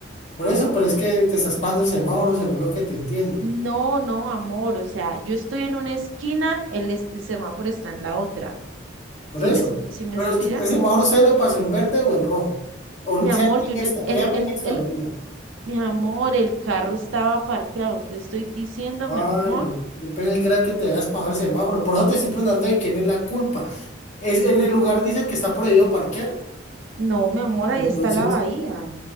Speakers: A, on the left (about 40°); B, on the right (about 85°).
A: por eso, pero es que te estás pagando el semáforo según lo que te entiendo.
B: No, no, amor, o sea, yo estoy en una esquina, el, es- el semáforo está en la otra.
A: Por
B: si
A: eso.
B: me, si me
A: Pero
B: inspira?
A: usted- el semáforo usted lo pasó en verde o en rojo. O,
B: Mi
A: sea
B: amor,
A: muy
B: yo
A: honesta,
B: no, el,
A: sea muy
B: el,
A: honesta,
B: el,
A: Lorena.
B: mi amor, el carro estaba parqueado, te estoy diciendo,
A: Ay,
B: mi amor.
A: yo pensé que era que te habías pasado el semáforo. Por eso te estoy preguntando de quién es la culpa. Es, en el lugar dice que está prohibido parquear.
B: No, mi amor, ahí
A: Entonces,
B: está la bahía.